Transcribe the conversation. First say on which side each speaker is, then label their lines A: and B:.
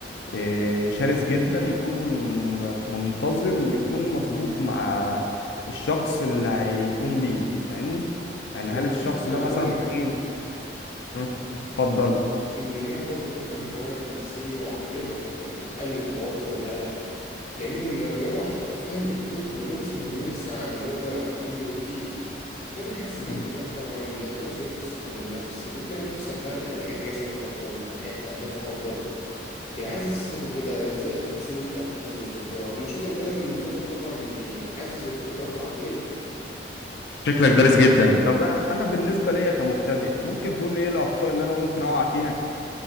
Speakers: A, on the left; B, on the left.
A: إيه، شرس جدا يكون م- منتظم ويكون مظبوط مع الشخص اللي هيقوم بيه فاهمني يعني
B: أنا
A: هل
B: نسيت
A: الشخص
B: يعني
A: ده مثلا
B: أقول لك
A: تخين مم، اتفضل
B: إن ليها برضو كمان فوائد نفسية وعقلية يعني هي بتقلل التوتر والقلق لأن ال- الرياضة عشان تبقى فاهم بتطلق هرمون اسمه هرمون السعادة اللي هو الأندروفين ده بيحسن
A: مم.
B: المزاج طبعا ده غير زيادة الثقة بالنفس بتلاقي نفسك بقى الأداء الجسدي أفضل تحقيق أهداف أفضل بيعزز الثقة كده زائد تحسين التركيز والذاكرة النشاط البدني المنتظم طبعا بيعزز القدرات العقلية
A: شكلك دارس جدا طب انا انا بالنسبه ليا كمبتدئ ممكن تقول لي ايه الاخطاء اللي انا ممكن اقع فيها